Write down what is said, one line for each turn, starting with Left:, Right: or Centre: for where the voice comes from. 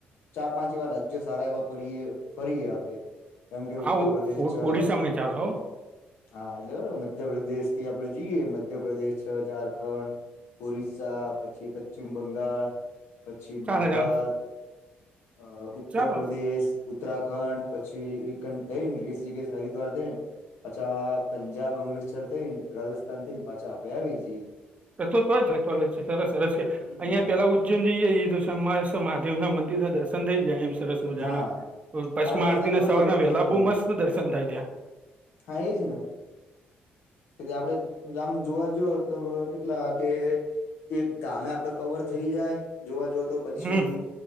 Left: ચાર પાંચ એવા રાજ્યો સારા એવા પડીએ ફરીએ આપણેે એમ કે ઉત્તર
Right: આવું
Left: પ્રદેશ <unintelligible>
Right: ઓડિશામાં ચાલે હો
Left: હા એટલે હ મધ્યપ્રદેશ થી આપડે જઈએ મધ્યપ્રદેશ છે, ઝારખંડ ઓરિસ્સા પછી, પશ્ચિમ બંગાળ પછી, બિહાર
Right: ચાલે ચાલે
Left: અ ઉત્તરપદેશ
Right: ચાલે
Left: ઉત્તરાખંડ પછી આ <unintelligible> થઈ ને ઋષિકેશ હરિદ્વાર થઈને પાછા પંજાબ, અમૃતસર થઈને રાજસ્થાન થઈને પાછા આપડે આવી જઈએ.
Right: <unintelligible> તો જ રતો સરસ સરસ કે અહીયાં
Left: હમ
Right: પહેલા ઉ <unintelligible> જએ તોમા મહાદેવના મંદિરના દર્શન થઈ જાય એમ સરસ મજા
Left: હા
Right: ભસ્મા
Left: આપડે આમ
Right: આરતી
Left: તો કેવું
Right: ના સવારના
Left: જો
Right: વહેલા
Left: દેખીએ
Right: બહુ મસ્ત દર્શન થાય ત્યાં
Left: હા એ જ ના કે આપડે આમ જોવા જએ તો કેટલા કે એક ધામે આપડે કવર થઈ જાય જોવા જ તો પછી
Right: હમ